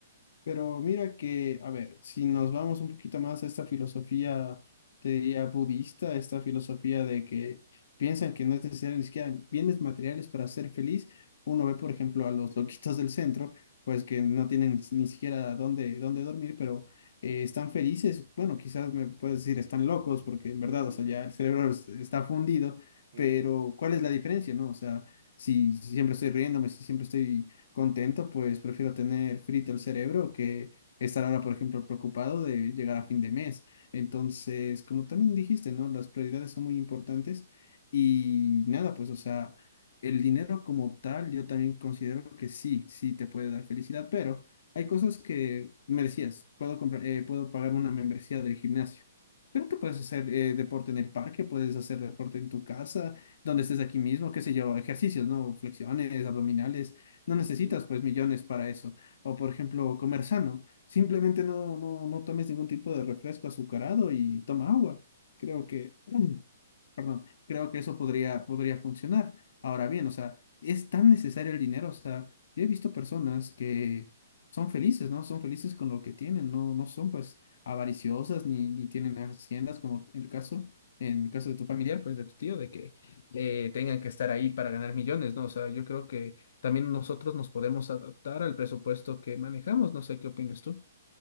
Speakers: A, on the left; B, on the right.
A: Pero mira que, a ver, si nos vamos un poquito más a esta filosofía, te diría budista, esta filosofía de que piensan que no es necesario ni siquiera bienes materiales para ser feliz, uno ve, por ejemplo, a los loquitos del centro, pues que no tienen ni siquiera dónde, dónde dormir, pero eh, están felices. Bueno, quizás me puedes decir están locos, porque en verdad,
B: <laughs>
A: o sea, ya el cerebro es- está fundido,
B: Mm-hmm.
A: pero ¿cuál es la diferencia, no? O sea, si si siempre estoy riéndome, si siempre estoy contento, pues prefiero tener frito el cerebro que estar ahora, por ejemplo, preocupado de llegar a fin de mes. Entonces, como también dijiste, ¿no? Las prioridades son muy importantes y nada, pues, o sea, el dinero como tal, yo también considero que sí, sí te puede dar felicidad, pero hay cosas que me decías, puedo comprar, eh, puedo pagar una membresía del gimnasio. Pero que puedes hacer eh, deporte en el parque, puedes hacer deporte en tu casa, donde estés aquí mismo, qué sé yo, ejercicios, ¿no? Flexiones, abdominales no
B: Mm-hmm.
A: necesitas pues millones para eso. O por ejemplo, comer sano, simplemente no, no, no tomes ningún tipo de refresco azucarado y toma agua. Creo que, <clears throat> perdón, creo que eso podría, podría funcionar. Ahora bien, o sea, es tan necesario el dinero, o sea, yo he visto personas que son felices, ¿no? Son felices con lo que tienen, no, no son pues avariciosas ni, ni tienen haciendas como en el caso, en el caso de tu familiar, pues de tu tío, de que eh, tengan que estar ahí para ganar millones, ¿no? O sea, yo creo que también nosotros nos podemos adaptar al presupuesto que manejamos. No sé qué opinas tú.